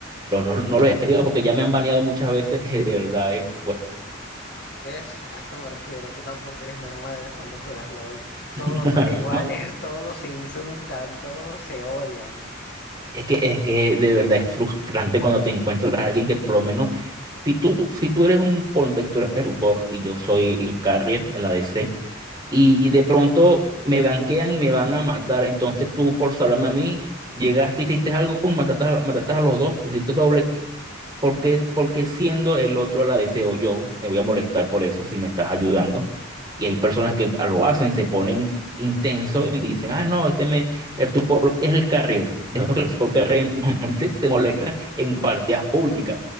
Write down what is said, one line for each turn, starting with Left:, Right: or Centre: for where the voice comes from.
Right: Pero no, no lo he escrito porque ya me han baneado muchas veces que de verdad es fuerte.
Left: ¿Ves? A esto me refiero. Tú tampoco eres normal cuando juegas LOL. Todos
Right: <laughs>
Left: son iguales,
Right: No,
Left: todos se insultan, todos se odian.
Right: es que, es que de verdad es frustrante cuando te encuentras a alguien que por lo menos, si tú, si tú eres un ponte, que tú eres el support y yo soy el carrier en la DC. y de pronto me ganquean y me van a matar. Entonces tú, por salvarme a mí, llegaste, hiciste algo, pum, mataste a, mataste a los dos, hiciste doble clic. Porque, porque siendo el otro la deseo yo, me voy a molestar por eso si me estás ayudando. Y hay personas que lo hacen, se ponen intensos y dicen, ah, no, este me, el support es el carrier. Dejo que el support carrier <laughs> se se molesta en partidas públicas.